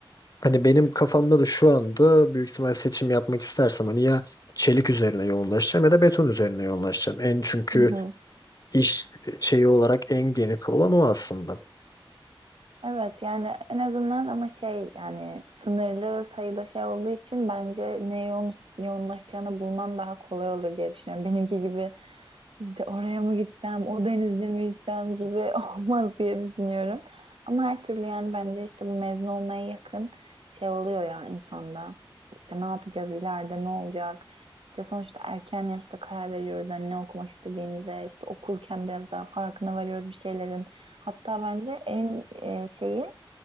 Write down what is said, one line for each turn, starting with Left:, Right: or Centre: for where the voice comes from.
Left: Hani benim kafamda da şu anda büyük ihtimal seçim yapmak istersem hani ya çelik üzerine yoğunlaşacağım ya da beton üzerine yoğunlaşacağım. En çünkü
Right: Hı hı.
Left: iş şeyi olarak en geniş olan o aslında.
Right: Evet yani en azından ama şey yani sınırlı sayıda şey olduğu için bence neye yoğun, yoğunlaşacağını bulman daha kolay olur diye düşünüyorum. Benimki gibi işte oraya mı gitsem, o denizde mi yüzsem gibi <laughs> olmaz diye düşünüyorum. Ama her türlü yani bence işte bu mezun olmaya yakın şey oluyor ya insanda. İşte ne yapacağız ileride ne olacak? İşte sonuçta erken yaşta karar veriyoruz hani ne okumak istediğimize, işte okurken biraz daha farkına varıyoruz bir şeylerin. Hatta bence en e, şeyi